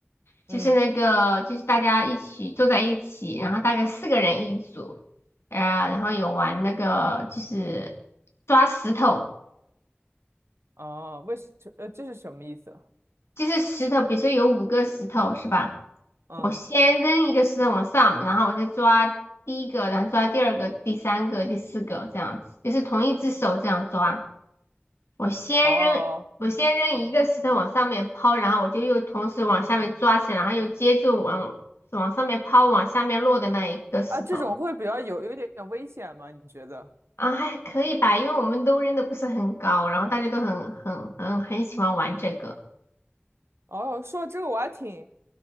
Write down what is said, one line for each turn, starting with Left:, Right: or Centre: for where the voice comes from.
Left: 就是那个就是大家一起坐在一起，
Right: 嗯，
Left: 然后大概四个人一组，呃，然后有玩那个就是抓石头，
Right: 哦，为什呃，这是什么意思？
Left: 就是石头，比如说有五个石头是吧？
Right: 嗯，
Left: 我先扔一个石头往上，然后我再抓第一个，然后抓第二个、第三个、第四个，这样子，就是同一只手这样抓。我先扔，
Right: 哦
Left: 我先扔一个石头往上面抛，然后我就又同时往下面抓起来，然后又接住往往上面抛，往下面落的那一个石头。
Right: 啊，这种会比较有有一点点危险吗？你觉得？
Left: 啊，还可以吧，因为我们都扔的不是很高，然后大家都很很很很喜欢玩这个。
Right: 哦，说到这个我还挺，